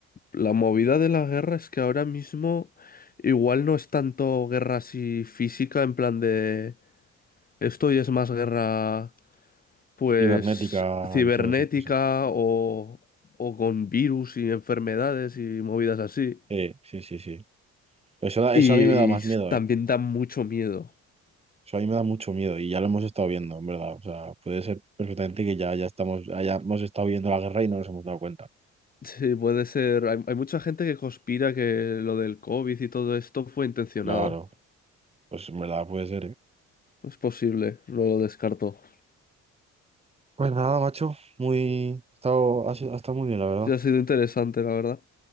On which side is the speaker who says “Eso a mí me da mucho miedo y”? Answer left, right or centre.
Right